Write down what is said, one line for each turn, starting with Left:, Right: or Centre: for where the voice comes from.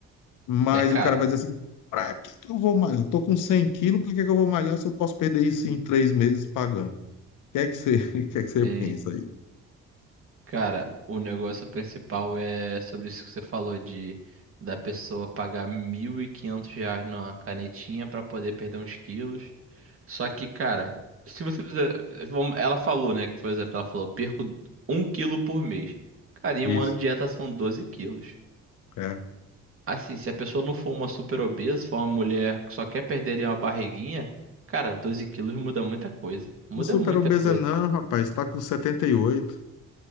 Left: Mas
Right: É caro.
Left: o cara vai dizer assim: pra que que eu vou malhar? Tô com 100 quilos, por que que eu vou malhar se eu posso perder isso em três meses pagando? O que é que você, <laughs> o que é que você
Right: Sim.
Left: pensa aí?
Right: Cara, o negócio principal é sobre isso que você falou de da pessoa pagar 1.500 reais numa canetinha pra poder perder uns quilos. Só que, cara, se você fizer. vamos- Ela falou, né? Que, por exemplo, ela falou, perco um quilo por mês. Cara, em
Left: Isso.
Right: um ano de dieta são 12 quilos.
Left: É.
Right: Assim, se a pessoa não for uma super obesa, for uma mulher que só quer perder ali uma barriguinha, cara, 12 quilos muda muita coisa. Muda
Left: Super
Right: muita
Left: obesa
Right: coisa.
Left: não, rapaz. Tá com 78.